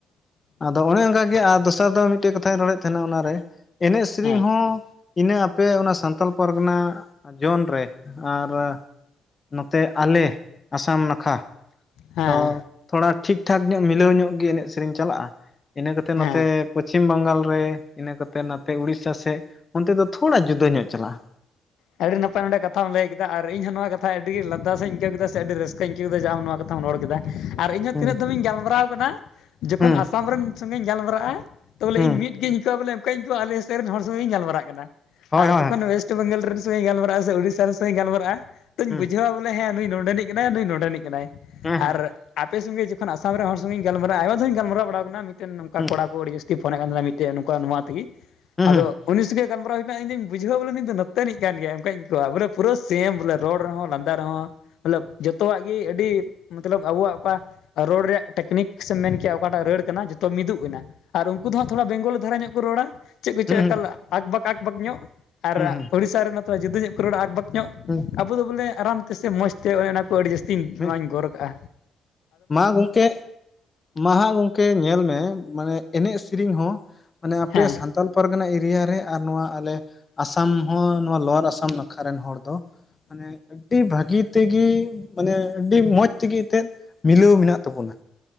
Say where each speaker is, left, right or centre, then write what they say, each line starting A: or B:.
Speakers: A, on the left (about 30°); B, on the left (about 80°).
A: ᱟᱫᱚ ᱚᱱᱮ ᱚᱱᱠᱟᱜᱮ ᱟᱨ ᱫᱚᱥᱟᱨ ᱫᱚ ᱢᱤᱴᱮᱜ ᱠᱟᱛᱷᱟᱧ ᱨᱚᱲᱮᱫ ᱛᱟᱦᱮᱱᱟ ᱚᱱᱟᱨᱮ ᱮᱱᱮᱡ ᱥᱮᱨᱮᱧ
B: ᱦᱮᱸ
A: ᱦᱚᱸ ᱤᱱᱟᱹ ᱟᱯᱮ ᱚᱱᱟ ᱥᱟᱱᱛᱟᱞ ᱯᱟᱨᱜᱟᱱᱟ ᱡᱚᱱᱨᱮ ᱟᱨ ᱱᱚᱛᱮ ᱟᱞᱮ ᱟᱥᱟᱢ ᱱᱟᱠᱷᱟ
B: ᱦᱮᱸ
A: ᱫᱚ ᱛᱷᱚᱲᱟ ᱴᱷᱤᱠ ᱴᱷᱟᱠ ᱧᱚᱜ ᱢᱤᱞᱟᱹᱣ ᱧᱚᱜ ᱜᱮ ᱮᱱᱮᱡ ᱥᱮᱨᱮᱧ ᱪᱟᱞᱟᱜᱼᱟ ᱤᱱᱟᱹ ᱠᱟᱛᱮᱜ
B: ᱦᱮᱸ
A: ᱱᱚᱛᱮ ᱯᱚᱪᱷᱤᱢ ᱵᱟᱝᱜᱟᱞ ᱨᱮ ᱤᱱᱟᱹ ᱠᱟᱛᱮᱜ ᱱᱟᱛᱮ ᱩᱲᱤᱥᱟ ᱥᱮᱜ ᱚᱱᱛᱮ ᱫᱚ ᱛᱷᱚᱲᱟ ᱡᱩᱫᱟᱹ ᱧᱚᱜ ᱪᱟᱞᱟᱜᱼᱟ
B: ᱟᱰᱤᱲᱤ ᱱᱟᱯᱟᱭ ᱱᱚᱰᱮ ᱠᱟᱛᱷᱟᱢ ᱞᱟᱹᱭ ᱠᱮᱫᱟ ᱟᱨ ᱤᱧ ᱦᱚᱸ ᱱᱚᱣᱟ ᱠᱟᱛᱷᱟ ᱟᱹᱰᱤ ᱜᱤ ᱞᱟᱸᱫᱟᱟᱥ ᱤᱧ ᱟᱹᱭᱠᱟᱹᱣ ᱠᱮᱫᱟ ᱥᱮ ᱟᱹᱰᱤ ᱨᱟᱹᱥᱠᱟᱹᱧ ᱟᱹᱭᱠᱟ. ᱮᱫᱟ ᱡᱮ ᱟᱢ ᱱᱚᱣᱟ ᱠᱟᱛᱷᱟᱢ ᱨᱚᱲ ᱠᱮᱫᱟ᱾ ᱟᱨ ᱤᱧᱦᱚᱸ
A: ᱦᱩᱸ
B: ᱛᱤᱱᱟᱹᱜ ᱫᱷᱚᱢ ᱤᱧ ᱜᱟᱞᱢᱟᱨᱟᱣ ᱟᱠᱟᱱᱟ ᱡᱚᱠᱷᱚᱱ
A: ᱦᱩᱸ
B: ᱟᱥᱟᱢ ᱨᱮᱱ ᱥᱚᱸᱜᱮ ᱤᱧ ᱜᱟᱞᱢᱟᱨᱟᱜᱼᱟ ᱛᱚᱞᱮ
A: ᱦᱩᱸ
B: ᱤᱧ ᱢᱤᱫ ᱜᱤᱧ ᱟᱹᱭᱠᱟᱹᱣᱟ ᱵᱚᱞᱮ ᱚᱱᱠᱟᱧ ᱟᱹᱭᱠᱟᱹᱣᱟ ᱟᱞᱮᱥᱮᱜ ᱨᱮᱱ ᱦᱚᱲ ᱥᱚᱸᱜᱮ ᱤᱧ ᱜᱟᱞᱢᱟᱨᱟ. ᱜ ᱠᱟᱱᱟ
A: ᱦᱳᱭ
B: ᱟᱨ
A: ᱦᱳᱭ
B: ᱡᱚᱠᱷᱚᱱ ᱚᱭᱮᱥ ᱛᱚ ᱵᱮᱝᱜᱚᱞ ᱨᱮᱱ ᱥᱚᱸᱜ ᱤᱧ ᱜᱟᱞᱢᱟᱜᱼᱟ ᱥᱮ ᱩᱲᱤᱥᱟ ᱨᱮᱱ ᱥᱚᱸᱜᱮ ᱤᱧ ᱜᱟᱞᱢᱟᱨᱟᱜᱼᱟ ᱛᱚᱧ
A: ᱦᱩᱸ
B: ᱵᱩᱡᱷᱟᱹᱣᱟ ᱵᱚ ᱦᱮᱸ ᱱᱩᱭ ᱱᱚᱰᱮᱱᱤᱜ ᱠᱟᱱᱟᱭ ᱱᱩᱭ ᱱᱚᱰᱮᱱᱤᱜ ᱠᱟᱱᱟᱭ
A: ᱦᱮᱸ ᱦᱮᱸ
B: ᱟᱨ ᱟᱯᱮ ᱥᱚᱸᱜᱮ ᱡᱚᱠᱷᱚᱱ ᱟᱥᱟᱢ ᱨᱮᱱ ᱦᱚᱲ ᱥᱚᱸᱜᱮ ᱤᱧ ᱜᱟᱞᱢᱟᱨᱟᱜᱼᱟ ᱟᱭᱢᱟ ᱫᱷᱟᱣ ᱤᱧ ᱜᱟᱞᱢᱟᱨᱟᱣ ᱵᱟᱲᱟ ᱟᱠᱟᱱᱟ ᱢᱤᱜᱴᱮᱱ ᱱᱚᱝᱠᱟ
A: ᱦᱩᱸ
B: ᱠᱚᱲᱟ ᱠᱚ ᱟᱹᱰᱤ ᱡᱟᱥ ᱛᱤ ᱯᱷᱳᱱ ᱮᱜ ᱠᱟᱱ ᱛᱟᱦᱮᱱᱟ ᱢᱤᱜᱴᱮᱜ ᱱᱚᱝᱠᱟ ᱱᱚᱣᱟ ᱛᱤᱜᱤ
A: ᱦᱩᱸ
B: ᱟᱫᱚ ᱩᱱᱤ ᱥᱚᱸᱜᱮᱜ ᱜᱟᱞᱢᱟᱨᱟᱣ ᱦᱩᱭᱠᱟᱱᱟ ᱤᱧᱫᱩᱧ ᱵᱩᱡᱷᱟᱹᱣᱟ ᱵᱚᱞᱮ ᱱᱚᱛᱮ ᱱᱤᱜ ᱠᱟᱱ ᱜᱮᱭᱟᱭ ᱚᱱᱠᱟᱧ ᱟᱭᱠᱟᱹᱣᱟ ᱵᱚᱞᱮ ᱯᱩᱨᱟᱹ ᱥᱮᱢ ᱵᱚᱞᱮ ᱨᱚᱲ ᱨᱮᱦᱚᱸ ᱞᱟᱸᱫᱟ ᱨᱮᱦᱚᱸ᱾ ᱢᱚᱛᱞᱚᱵ ᱡᱚᱛᱚᱣᱟᱜ ᱜᱮ ᱟᱹᱰᱤ ᱢᱚᱛᱞᱚᱵ ᱟᱵᱩᱣᱟᱜ ᱚᱠᱟ ᱨᱚᱲ ᱨᱮᱭᱟᱜ ᱴᱮᱠᱱᱤᱠ ᱥᱮᱢ ᱢᱮᱱ ᱠᱮᱭᱟ ᱚᱠᱟᱴᱟᱜ ᱨᱟᱹᱲ ᱠᱟᱱᱟ ᱡᱚᱛᱚ ᱢᱤᱫᱩᱜ ᱮᱱᱟ ᱟᱨ ᱩᱱᱠᱩ
A: ᱦᱩᱸ
B: ᱫᱚ ᱦᱟᱸᱜ ᱛᱷᱚᱲᱟ ᱵᱮᱝᱜᱚᱞ ᱫᱷᱟᱨᱟ ᱧᱚᱜ ᱠᱚ ᱨᱚᱲᱟ ᱪᱮᱜ ᱠᱚᱪᱚ
A: ᱦᱩᱸ ᱦᱩᱸ
B: ᱮᱠᱟᱞ ᱟᱠ ᱵᱟᱠ ᱟᱡ ᱵᱟᱠ ᱧᱚᱜ ᱟᱨ
A: ᱦᱩᱸ ᱦᱩᱸ
B: ᱩᱲᱤᱥᱟ ᱨᱮᱱ ᱢᱟᱛᱚ ᱡᱩᱫᱟᱹ ᱧᱚᱜ ᱠᱚ ᱨᱚᱲᱼᱟ ᱟᱠ ᱵᱟᱠ ᱧᱚᱜ
A: ᱦᱩᱸ
B: ᱟᱵᱚ ᱫᱚ ᱵᱚᱞᱮ ᱟᱨᱟᱢ ᱛᱮᱥᱮ ᱢᱚᱡᱽ ᱛᱮ ᱚᱱᱮᱚᱱᱟ ᱟᱹᱰᱤ ᱡᱟᱹᱥᱛᱤᱧ ᱱᱚᱣᱟᱧ
A: ᱦᱩᱸ
B: ᱜᱚᱨ ᱟᱠᱟᱜᱼᱟ᱾
A: ᱢᱟ ᱜᱚᱝᱠᱮᱜ ᱢᱟ ᱦᱟᱜ ᱜᱚᱝᱠᱮ ᱧᱮᱞ ᱢᱮ ᱢᱟᱱᱮ ᱮᱱᱮᱜ ᱥᱤᱨᱤᱧ ᱦᱚᱸ ᱢᱟᱱᱮ ᱟᱯᱮ
B: ᱦᱮᱸ
A: ᱥᱟᱱᱛᱟᱞ ᱯᱟᱨᱜᱟᱱᱟ ᱮᱨᱤᱭᱟ ᱨᱮ ᱟᱨ ᱱᱚᱣᱟ ᱾ ᱛᱟᱦᱞᱮ ᱟᱥᱟᱢ ᱦᱚᱸ ᱱᱚᱣᱟ ᱞᱳᱣᱟᱨ ᱟᱥᱟᱢ ᱱᱟᱠᱷᱟ ᱨᱮᱱ ᱦᱚᱲ ᱫᱚ, ᱢᱟᱱᱮ ᱟᱹᱰᱤ ᱵᱷᱟᱹᱜᱤ ᱛᱮᱜᱮ ᱢᱟᱱᱮ ᱟᱹᱰᱤ ᱢᱚᱸᱡᱽ ᱛᱤᱜᱤ ᱮᱛᱫ ᱢᱤᱞᱟᱹᱣ ᱢᱮᱱᱟᱜ ᱛᱟᱵᱚᱱᱟ᱾